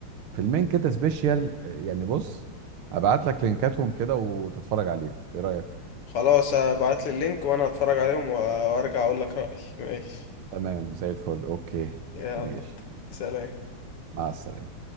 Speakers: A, on the right (about 75°); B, on the left (about 85°).
A: فيلمين كده سبيشيال آه، يعني بص ابعت لك لينكاتهم كده وتتفرج عليهم ايه رأيك
B: خلاص ابعت لي اللينك وانا اتفرج عليهم و- وارجع اقول لك رأيي ماشي
A: تمام زي الفل اوكي
B: يلا
A: ماشي
B: سلام
A: مع السلامة